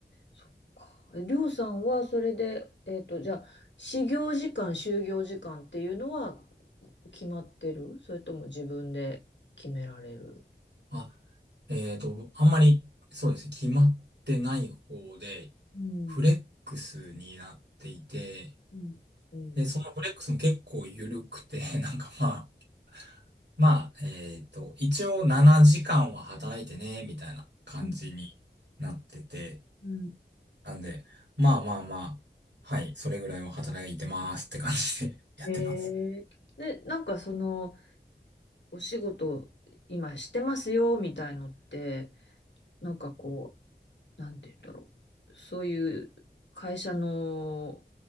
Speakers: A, on the left; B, on the right.
A: そっか。えりょうさんはそれで、えっと、じゃあ、始業時間、就業時間っていうのは決まってるそれとも自分で決められる
B: あ、えっと、あんまり、そうですね、決まってない方で、
A: うん、
B: フレックスになっていて、
A: うん、うん。
B: で、そのフレックスも結構緩くて、<laughs> なんかまあ、まあ、えっと、一応7時間は働いてね、みたいな感じになってて、
A: うん、うん
B: なんで、まあまあまあ、はい、それぐらいは働いてますって感じで <laughs> やってます。
A: へえで、なんかその、お仕事今してますよ、みたいのって、なんかこう、なんて言うんだろう。そういう会社の、